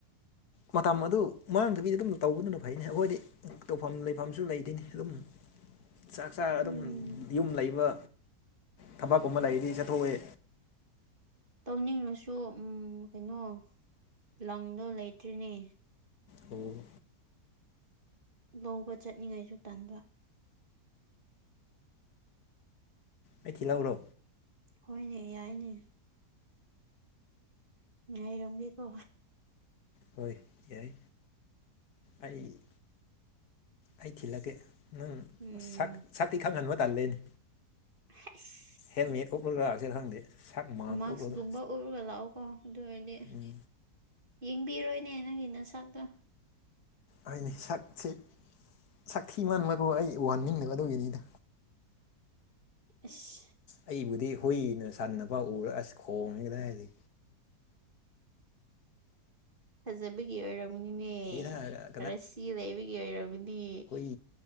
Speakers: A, on the left; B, on the right.
A: ꯃꯇꯝ ꯑꯗꯨ ꯃꯥꯡꯗꯕꯤ ꯑꯗꯨꯝ ꯇꯧꯕꯗꯨꯅ ꯐꯩꯅꯤ ꯑꯩꯈꯣꯏꯗꯤ ꯇꯧꯐꯝ ꯂꯩꯐꯝꯁꯨ ꯂꯩꯇꯣꯏꯅꯤ ꯑꯗꯨꯝ ꯆꯥꯛ ꯆꯥ ꯑꯗꯨꯝ
B: ꯎꯝ
A: ꯌꯨꯝ ꯂꯩꯕ ꯊꯕꯛꯀꯨꯝꯕ ꯂꯩꯔꯗꯤ ꯆꯠꯊꯣꯛꯑꯦ
B: ꯇꯧꯅꯤꯡꯉꯁꯨ ꯀꯩꯅꯣ ꯂꯪꯗꯣ ꯂꯩꯇ꯭ꯔꯤꯅꯦ
A: ꯀꯩꯒꯤ
B: ꯂꯧꯕ ꯆꯠꯅꯤꯡꯉꯥꯏꯁꯨ ꯇꯟꯕ
A: ꯑꯩ ꯊꯤꯜꯂꯧꯎꯔꯣ
B: ꯍꯣꯏꯅꯦ ꯌꯥꯏꯅꯦ ꯉꯥꯏꯔꯝꯒꯦꯀꯣ
A: ꯍꯣꯏ ꯌꯥꯏ ꯑꯩꯥ ꯑꯩ ꯊꯤꯜꯂꯀꯦ ꯅꯪ
B: ꯎꯝ
A: ꯁꯛꯇꯤ ꯈꯪꯍꯟꯕ ꯇꯜꯂꯦꯅꯦ
B: ꯍꯁ
A: ꯍꯦꯜꯃꯦꯠ ꯑꯣꯄꯒ꯭ꯔꯥꯁꯦꯔ ꯈꯪꯗꯦ ꯁꯛ ꯃꯥꯛꯁ
B: ꯃꯥꯛꯁꯒꯨꯝꯕ
A: ꯎꯞꯂꯒ
B: ꯎꯞꯔꯒ ꯂꯥꯛꯑꯣꯀꯣ ꯑꯗꯨꯑꯣꯏꯗꯤ
A: ꯎꯝ
B: ꯌꯦꯡꯕꯤꯔꯣꯏꯅꯦ ꯅꯪꯒꯤ ꯅꯁꯥꯛꯇꯣ
A: ꯍꯥꯏꯅꯤ ꯁꯛꯁꯤ ꯁꯛ ꯊꯤ ꯃꯟꯕꯒꯣ ꯑꯩ ꯎꯍꯟꯅꯤꯡꯗꯒꯗꯧꯒꯤꯅꯤꯗ
B: ꯑꯁ
A: ꯑꯩꯕꯨꯗꯤ ꯍꯨꯏꯅ ꯁꯥꯟ ꯄ ꯎꯔ ꯑꯁ ꯈꯣꯡꯉꯦ ꯀꯗꯥꯏ ꯍꯥꯏꯗꯤ
B: ꯐꯖꯕꯤꯒꯤ ꯑꯣꯏꫪꯞ ꯅꯤꯅꯦ
A: ꯍꯦꯔꯥ
B: ꯑꯁꯤ ꯂꯩꯕꯒꯤ ꯑꯣꯏꯔꯕꯗꯤ
A: ꯏ